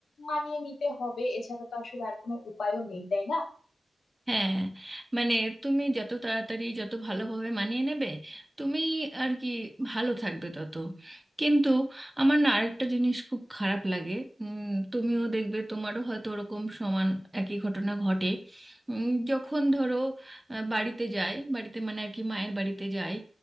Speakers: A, on the left; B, on the right.
A: মানিয়ে নিতে হবে এছাড়া তো আসলে আর কোনো উপায়ও নেই তাই না
B: হ্যাঁ মানে তুমি যত তাড়াতাড়ি যত ভালোভাবে মানিয়ে নেবে তুমি আর কি ভালো থাকবে তত কিন্তু আমার না আরেকটা জিনিস খুব খারাপ লাগে উম, তুমিও দেখবে তোমারও হয়তো ওরকম সমান একই ঘটনা ঘটে উম, যখন ধরো আহ, বাড়িতে যাই বাড়িতে মানে আর কি মায়ের বাড়িতে যাই